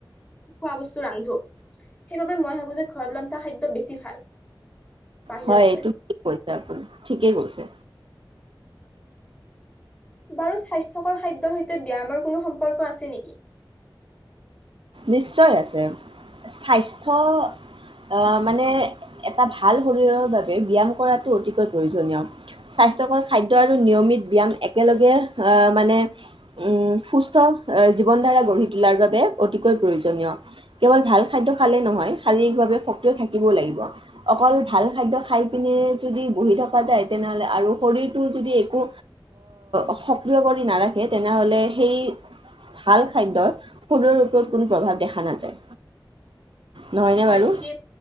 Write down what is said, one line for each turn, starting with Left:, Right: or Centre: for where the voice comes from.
Left: খোৱা বস্তু ৰান্ধো, সেইবাবে মই ভাবো যে ঘৰত ৰান্ধ থোৱা খাদ্য বেছি ভাল। বাহিৰত।
Right: হয় এইটো ঠিক কৈছে আপুনি ঠিকেই কৈছে।
Left: বাৰু স্বাস্থ্যকৰ খাদ্যৰ সৈতে ব্যায়ামৰ কোনো সম্পৰ্ক আছে নেকি
Right: নিশ্চয় আছে স্বাস্থ্য আহ মানে এটা ভাল শৰীৰৰ বাবে ব্যায়াম কৰাটো অতিকৈ প্ৰয়োজনীয় স্বাস্থ্যকৰ খাদ্য আৰু নিয়মিত ব্যায়াম একেলগে আহ মানে উ সুস্থ জীৱন ধাৰা গঢ়ি তোলাৰ বাবে অতিকৈ প্ৰয়োজনীয় কেৱল ভাল খাদ্য খালে নহয় শাৰীৰিকভাৱে সক্ৰিয় থাকিবও লাগিব অকল ভাল খাদ্য খাই পিনে যদি বহি থকা যায় তেনেহলে আৰু শৰীৰটো যদি একো আহ সক্ৰিয় কৰি নাৰাখে তেনেহলে সেই ভাল খাদ্য শৰৰ ও কোনো প্ৰভাৱ দেখা নাযায় নহয়নে
Left: হয়
Right: বাৰু
Left: ঠিকেই